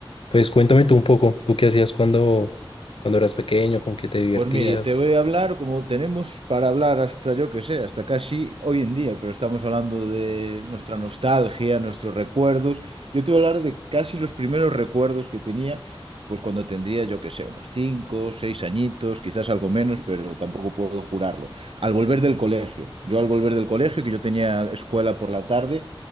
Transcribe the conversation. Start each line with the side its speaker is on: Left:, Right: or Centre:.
Left: Pues cuéntame tú un poco, ¿tú qué hacías cuando, cuando eras pequeño? ¿Con qué te divertías?
Right: Pues mira, te voy a hablar como tenemos para hablar hasta yo que sé, hasta casi hoy en día, pero estamos hablando de nuestra nostalgia, nuestros recuerdos. Yo te voy a hablar de casi los primeros recuerdos que tenía, pues cuando tendría yo que sé, unos 5, 6 añitos, quizás algo menos, pero tampoco puedo jurarlo. Al volver del colegio, yo al volver del colegio, que yo tenía escuela por la tarde,